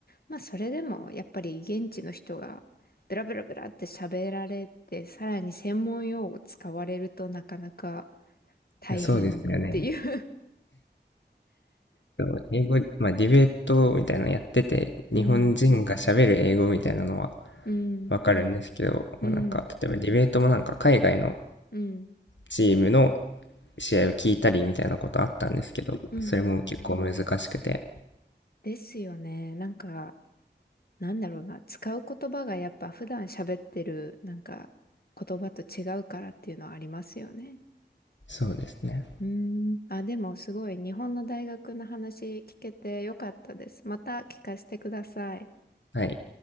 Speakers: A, on the left; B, on the left.
A: まあそれでもやっぱり現地の人がブラブラブラって喋られて、さらに専門用語使われるとなかなか大変っていう
B: いや、そうですよね。そう英語、まあディベートみたいなのやってて、
A: <laughs>
B: 日本人が喋る英語みたいなのは
A: うん、うん、
B: わかるんですけど、
A: うん、
B: もうなんか、例えばディベートもなんか海外の
A: うん、
B: チームの試合を聞いたりみたいなことあったんですけど、
A: うん、
B: それも結構難しくて、
A: うん。ですよね。なんか、なんだろうな。使う言葉がやっぱ普段喋ってるなんか言葉と違うからっていうのはありますよね。
B: そうですね。
A: うーん。あ、でもすごい日本の大学の話聞けてよかったです。また聞かせてください。
B: はい。